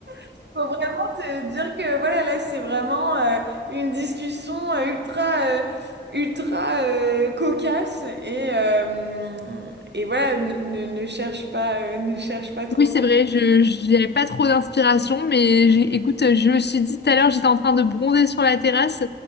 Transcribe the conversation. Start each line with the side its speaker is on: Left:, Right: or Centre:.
Right: <laughs> Faut vraiment te dire que voilà, là c'est vraiment euh, une discussion euh, ultra, euh, ultra euh, cocasse et euh, et voilà, ne, ne ne cherche pas, euh, ne cherche pas trop
Left: Oui, c'est
Right: loin.
Left: vrai, je j'avais pas trop d'inspiration, mais j'ai- écoute, je me suis dit tout à l'heure, j'étais en train de bronzer sur la terrasse,